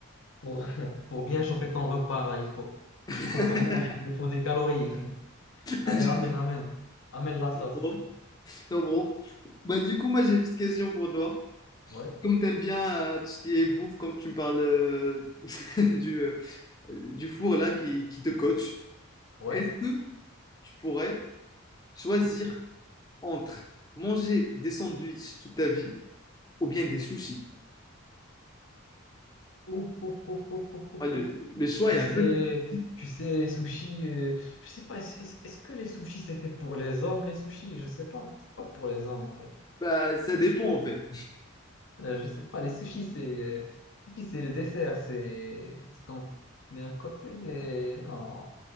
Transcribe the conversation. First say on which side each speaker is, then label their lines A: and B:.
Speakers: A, on the left; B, on the left.
A: pour, <laughs> pour bien chauffer ton repas, là, il faut,
B: <laughs>
A: il faut qu'on mange, il nous faut des calories. <laughs> Allez,
B: Je
A: amène, amène, amène la sauce.
B: comprends, je comprends. Bah, du coup, moi, j'ai une petite question pour toi.
A: Ouais,
B: Comme t'aimes bien euh, tout ce qui est bouffe, comme tu me parles euh, <laughs> du, euh, euh, Dufour là qui, qui te coach.
A: ouais.
B: Est-ce que tu pourrais choisir entre manger des sandwichs toute ta vie ou bien des sushis?
A: Ouf, ouf, ouf, ouf, ouf, ouf,
B: Ah, Le,
A: ouf.
B: le choix
A: Tu
B: est
A: sais,
B: un peu difficile.
A: tu sais, sushi, euh, je sais pas, est-ce est-ce- est-ce que les sushis c'est fait pour les hommes, les sushis? Je sais pas, c'est pas pour les hommes en fait.
B: Bah, ça dépend en fait.
A: Euh, je sais pas, les sushis c'est euh, sushi, c'est le dessert, c'est c'est ce qu'on met à côté, mais non,